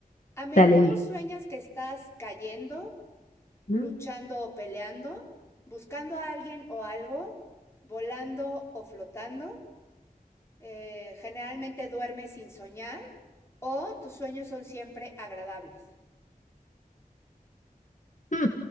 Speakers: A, on the left; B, on the left.
A: a menudo
B: Dale, di.
A: sueñas que estás cayendo,
B: Mm.
A: luchando o peleando, buscando a alguien o algo, volando o flotando. Eh, generalmente duermes sin soñar o tus sueños son siempre agradables.
B: Mm.